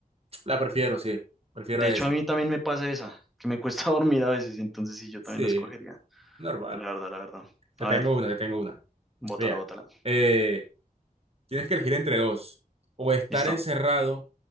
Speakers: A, on the right (about 40°); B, in the centre.
A: la prefiero, sí. Prefiero
B: De
A: esa.
B: hecho, a mí también me pasa esa, que me cuesta <laughs> dormir a veces, entonces sí, yo
A: Sí,
B: también la escogería.
A: normal.
B: La verdad, la verdad.
A: Te
B: A
A: tengo
B: ver,
A: una, te tengo una.
B: bótala,
A: Vea,
B: bótala.
A: eh, tienes que elegir entre dos. O estar
B: Listo.
A: encerrado